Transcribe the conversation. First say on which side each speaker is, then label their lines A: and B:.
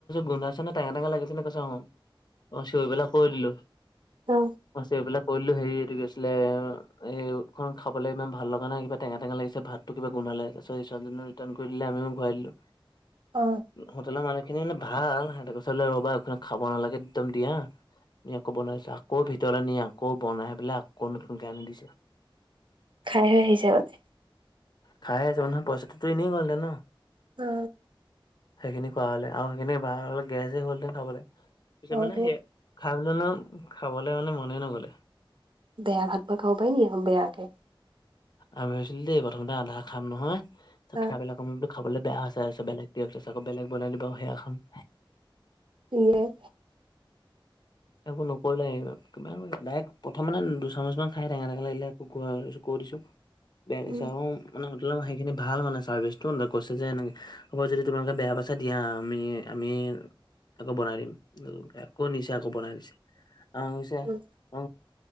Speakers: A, on the left (about 50°); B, on the right (about 65°).
A: গোন্ধইছে টেঙা, টঙা লাগিছে নে কৈচো উম চিঞৰিপেলাই কৈ দিলো
B: অ
A: ম চিঞৰিবিলাক কৰিলো হেৰিৰি গৈছিলে এইেই খাবলৈ ইমান ভাল লগা নাই কিবা টেঙা টেঙা লাগিছে ভাতটো কিবা গোন্ধালে ছোৱালীজনীৰ লগত ৰিাটাৰ্ণ কৰি দিলে আমিও ঘূৰাই দিলো।
B: অ
A: হোটেলৰ মানুহ খিনি মানে ভাল সিহঁতেৰ <unintelligible> ৰবা একখন খাব নালাগে একদম দিয়া নি আকৌ বনাইছো আকৌ ভিতৰ নি আকৌ বনাই পেলাই আকৌ নতুনকে আনি দিছে।
B: খাই হে আহিছে মানে
A: খাই আহিছো মানে পইচাটোতো এনেই গ'ল হেতেন ন?
B: অ
A: সেইখিনি খোৱা হলে আৰু সেইখিনি ব হ গেছ হ'লহেতেন খাবলৈ পিচত
B: অ
A: মানে
B: তো
A: সেই খাই জ খাবলৈ মানে মনে নগ'লে
B: বেয়া ভাত বাৰু খাব পাৰি নেকি বেয়াকে
A: আমি ভাবিছিলো দেই প্ৰথমতে আধা খাম নহয় তাৰ পিছত
B: অ
A: খাই পেলাই কম বোলো খাবলৈ বেয়া হৈছে আৰু বেলেগ দিয়ক তাৰপিছত আকৌ বেলেগ বনাই দিব সেয়া খাম
B: ন <unintelligible>
A: একো নকৰিলে ডাইৰেক্ট প্ৰথম মানে দুচামুচমানান খাই টেঙা, টঙা লাগিলে এক কৈ দিছোঁ বেয়া লাগিছে
B: উম
A: আও মানে সেইখিনি ভাল মানে ছাৰ্ভিচটো ন কৈছে যে এনেকৈ হ'ব যদি তোমালোকে বেয়া পইচা দিয়া আমি আমি আকৌ বনাই দিম আকৌ নিছে আকৌ বনাই দিছে অ
B: উম
A: ক অ